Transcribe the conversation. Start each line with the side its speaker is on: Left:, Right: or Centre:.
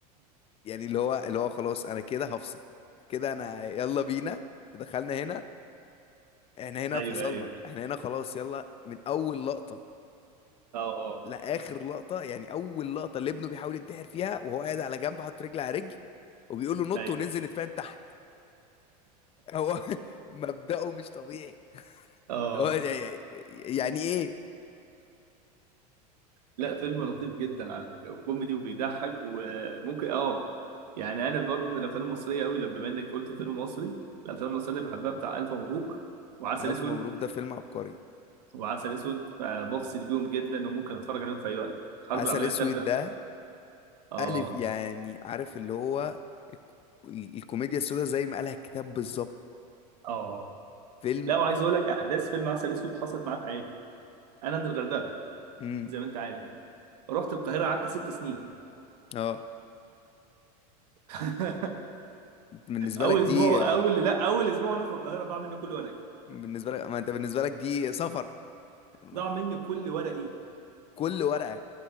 Left: يعني اللي هو اللي هو خلاص انا كده هفصل كده انا يلا بينا دخلنا هنا احنا هنا
Right: ايوه
Left: فصلنا
Right: ايوه
Left: احنا هنا خلاص يلا من اول لقطة
Right: اه اه
Left: لاخر لقطة يعني اول لقطة اللي ابنه بيحاول ينتحر فيها وهو قاعد على جنب حاطط رجل على رجل وبيقول له نط
Right: ايوه
Left: وننزل نتفاهم تحت هو <laughs> مبدأه مش طبيعي
Right: اه
Left: اللي هو يعني يعني ايه
Right: لا فيلم لطيف جدا على فكره وكوميدي وبيضحك وممكن اه يعني انا برضو من الافلام المصريه قوي لما بما انك قلت فيلم مصري الافلام المصريه اللي بحبها بتاع الف مبروك وعسل
Left: ألف
Right: اسود
Left: مبروك ده فيلم عبقري
Right: وعسل اسود آه، بفصل بيهم جدا وممكن اتفرج عليهم في اي وقت الحرب
Left: عسل
Right: العالميه
Left: اسود
Right: الثالثه
Left: ده
Right: اه
Left: ألف يعني عارف اللي هو الك- الكوميديا السوداء زي ما قالها الكتاب بالظبط
Right: اه
Left: فيلم
Right: لا وعايز اقول لك احداث فيلم عسل اسود حصلت معايا في حياتي انا من الغردقه
Left: امم
Right: زي ما انت عارف رحت القاهره قعدت ست سنين
Left: اه
Right: <laughs>
Left: بالنسبة
Right: اول
Left: لك دي
Right: اسبوع اول لا اول اسبوع وانا في القاهره ضاع مني كل ورقي
Left: بالنسبة لك ما انت بالنسبة لك دي سفر <laughs>
Right: ضاع مني كل ورقي
Left: كل ورقك